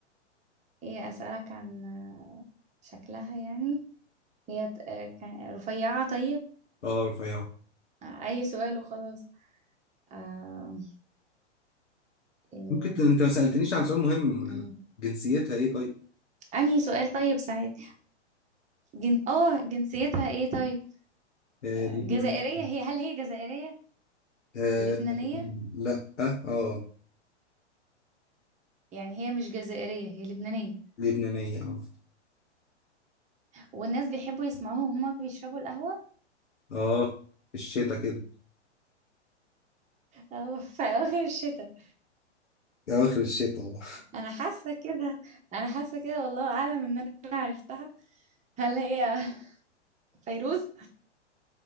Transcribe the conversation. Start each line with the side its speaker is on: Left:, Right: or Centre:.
Right: هي أسألك عن آه، شكلها يعني هي ت- آه، كان- رفيعة طيب
Left: آه رفيعة
Right: آه، أي سؤال وخلاص آه، إيه.
Left: ممكن ت- انت ما سألتنيش عن سؤال مهم
Right: مم.
Left: جنسيتها ايه طيب
Right: أنهي سؤال طيب سعيد جن... اه جنسيتها ايه طيب
Left: آه
Right: آه،
Left: لبنانية
Right: جزائرية هي هل هي جزائرية
Left: آه
Right: لبنانية
Left: لا اه
Right: يعني هي مش جزائرية هي لبنانية
Left: لبنانية اه
Right: والناس بيحبوا يسمعوها وهما بيشربوا القهوة
Left: اه الشتا كده
Right: آه، في أواخر الشتاء
Left: اواخر الشتا آه.
Right: انا حاسه كده انا حاسه كده والله اعلم ان انا عرفتها هل هي <laughs> فيروز